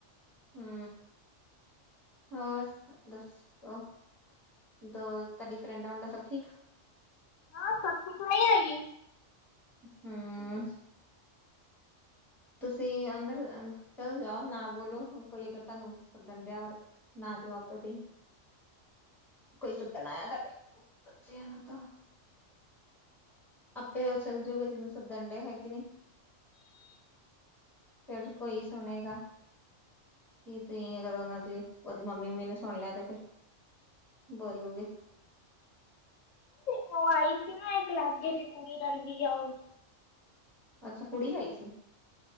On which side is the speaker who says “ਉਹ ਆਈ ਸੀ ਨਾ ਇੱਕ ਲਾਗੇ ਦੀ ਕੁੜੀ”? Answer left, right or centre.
Left